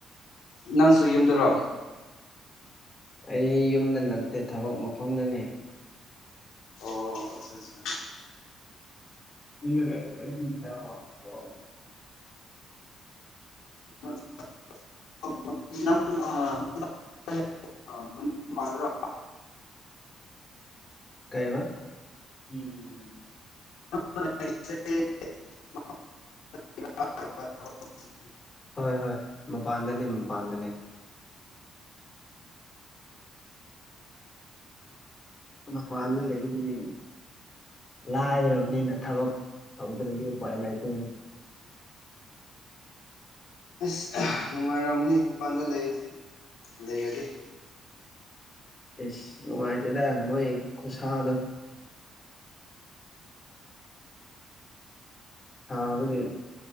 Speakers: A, on the left (about 85°); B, on the left (about 30°).
A: ꯅꯪꯁꯨ ꯌꯨꯝꯗꯔꯣ
B: ꯑꯩ ꯌꯨꯝꯗ ꯅꯠꯇꯦ ꯊꯕꯛ ꯃꯐꯝꯗꯅꯦ
A: ꯑꯣ ꯑꯆꯥ ꯑꯆꯥ
B: ꯒ ꯂꯩ ꯔꯖ ꯇ <unintelligible>
A: ꯑ <unintelligible>
B: ꯀꯩꯕ ꯎꯝ
A: <unintelligible>
B: ꯍꯣꯏ ꯍꯣꯏ ꯃꯄꯥꯟꯗꯅꯤ ꯃꯄꯥꯟꯗꯅꯤ ꯃꯄꯥꯟꯗ ꯂꯩꯒꯅꯦ ꯂꯥꯏꯔꯕꯅꯤꯅ ꯊꯕꯛ ꯇꯧꯗ꯭ꯔꯗꯤ ꯎꯄꯥꯏ ꯂꯩꯇꯣꯅꯦ
A: ꯑꯁ ꯅꯨꯡꯉꯥꯏꯔꯝꯅꯤ ꯃꯄꯥꯟꯗ ꯂꯩ ꯂꯩꯔꯗꯤ
B: ꯑꯩꯁ ꯅꯨꯡꯉꯥꯏꯇꯦꯗ ꯃꯣꯏ ꯈꯨꯁꯥꯗꯣ ꯁꯕꯒꯤ